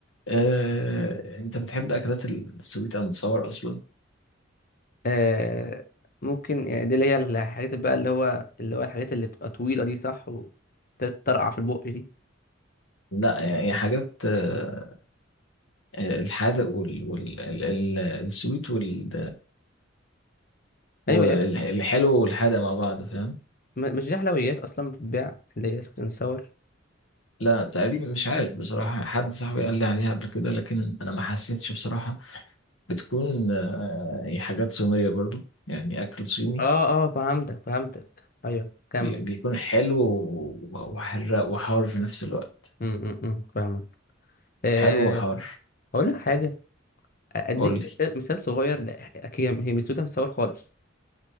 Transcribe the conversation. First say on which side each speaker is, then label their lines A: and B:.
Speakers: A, on the left; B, on the left.
A: آه، انت بتحب اكلات السويت اند صور اصلا
B: آه ممكن يعني دي اللي هي الحاجات بقى اللي هو اللي هو الحاجات اللي بتبقى طويلة دي صح وتترقع في البق دي
A: لا يعني حاجات آه، آه، الحادق وال وال ال- ال- السويت وال والحلو
B: ايوه يا ابني
A: والحادق مع بعض فاهم
B: م- مش دي حلويات اصلا بتتباع اللي هي سويت اند ساور
A: لا تقريبا مش عارف بصراحة حد صاحبي قال لي عليها قبل كده لكن انا ما حسيتش بصراحة بتكون آه، هي حاجات صينية برضو يعني اكل صيني
B: اه اه فهمتك فهمتك ايوه كمل
A: بي- بيكون حلو و- وحراق وحار في
B: مم.
A: نفس الوقت
B: امم امم فاهمك آه
A: حلو وحار
B: هقول لك حاجه اديك
A: قول
B: مثال مثال صغير لا هي هي مش سويت اند ساور خالص